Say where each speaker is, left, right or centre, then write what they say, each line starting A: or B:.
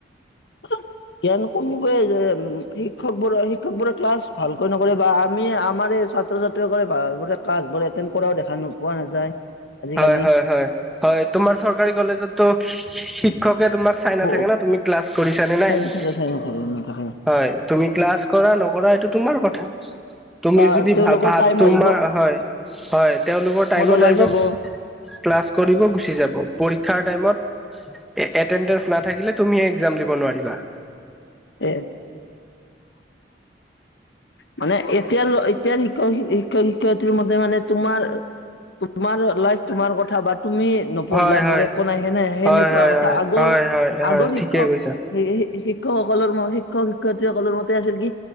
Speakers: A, on the left; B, in the centre.
A: <inaudible> জ্ঞান কমিবই যে, শিক্ষক বৰে শিক্ষক বোৰে ক্লাছ ভালকৈ নকৰে বা আমি আমাৰে ছাত্ৰ ছাত্ৰীসকলে ভাল কৰে ক্লাছবোৰ এটেণ্ড কৰাও দেখা নোপোৱা নাযায়। আজিকালি
B: হয়-হয়-হয়-হয়, তোমাৰ চৰকাৰী কলেজতো শি-শিক্ষক, তোমাক চাই নাথাকে
A: বহু
B: না তুমি ক্লাছ কৰিছানে নাই।
A: চাই
B: হয়,
A: নাথাকে চাই নাথাকে নাথাকে
B: তুমি ক্লাছ কৰা নকৰা এইটো তোমাৰ কথা। তুমি
A: তা
B: যদি
A: তেওঁলোকৰ
B: ভাতা
A: টাইম
B: ল, তোমাৰ
A: আহিব
B: হয়-হয়, তেওঁলোকৰ টাইমত
A: ওলাই
B: আহিব।
A: যাব
B: ক্লাছ কৰিব, গুচি যাব পৰীক্ষাৰ টাইমত এটেণ্ডেঞ্চ নাথাকিলে তুমিহে এক্সাম দিব নোৱাৰিবা।
A: এ, মানে এতিয়া ল শিক্ষক-শিক্ষক শিক্ষয়িত্ৰী মতে মানে, তোমাৰ-তোমাৰ লাইফ তোমাৰ কথা বা তুমি, নপঢ়িলা
B: হয় হয়
A: মোৰ একো নাই সেনে-সেনেকুৱা
B: হয় হয়
A: কথা
B: হয়
A: আগৰ-আগৰ
B: হয় হয় হয় ঠিকে
A: শিক্ষক
B: কৈছা
A: টো সেই শি-শিক্ষকসকলৰ মই শিক্ষক শিক্ষয়িত্ৰী সকলৰ মতে আছিল কি,